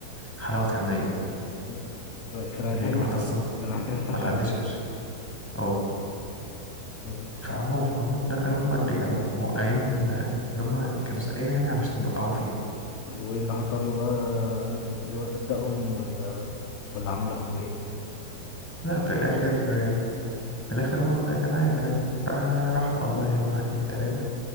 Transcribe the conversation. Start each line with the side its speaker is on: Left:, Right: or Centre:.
Centre: حلاوة عينيا
Left: مم. كان هيتحبس
Centre: اللي هي الواحدة أصلا
Left: كان هيتحبس عشان
Centre: ما تعدشهاش اه
Left: مم.
Centre: فهم فهم في الآخر هم اللي كانوا موقعين آه، اللي هم كانوا سارقين يعني علشان يوقعوا فيها
Left: وايه اللي حصل له بقى اللي هو صدقهم ولا ولا عمل لاخوه ايه
Centre: لا في الآخر آه، في الآخر هو أخويا كان عارف يعني فراح والله واحد اتنين تلاتة